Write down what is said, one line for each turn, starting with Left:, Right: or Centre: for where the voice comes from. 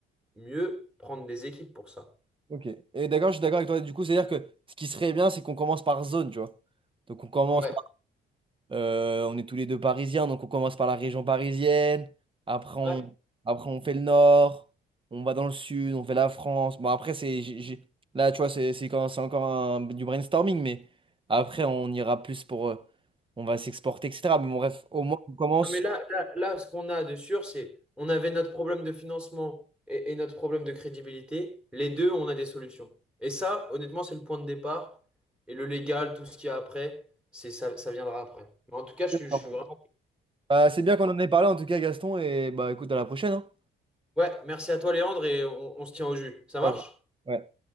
Centre: mieux, prendre des équipes pour ça.
Right: Ok. Et d'accord, je suis d'accord avec toi. Du coup, c'est-à-dire que ce qui serait bien, c'est qu'on commence par zone, tu vois. Donc, on commence
Centre: Ouais.
Right: Euh, on est tous les deux parisiens, donc on commence par la région parisienne. Après, on,
Centre: Ouais.
Right: après, on fait le nord. On va dans le sud, on fait la France. Bon, après, c'est, j'ai- j'ai- là, tu vois, c'est c'est quand- c'est encore un- du brainstorming, mais après, on ira plus pour. euh, on va s'exporter, etc. Mais bon, bref, au moins, on commence.
Centre: Non, mais là, là, là, ce qu'on a de sûr, c'est on avait notre problème de financement et, et notre problème de crédibilité. Les deux, on a des solutions. Et ça, honnêtement, c'est le point de départ. Et le légal, tout ce qu'il y a après, c'est ça, ça viendra après. Mais en tout cas, je,
Right: Ouais.
Centre: suis- je suis vraiment.
Right: Bah, c'est bien qu'on en ait parlé, en tout cas, Gaston. Et bah, écoute, à la prochaine. hein.
Centre: Ouais, merci à toi, Léandre, et on on se tient au jus. Ça
Right: Ciao.
Centre: marche?
Right: Ouais.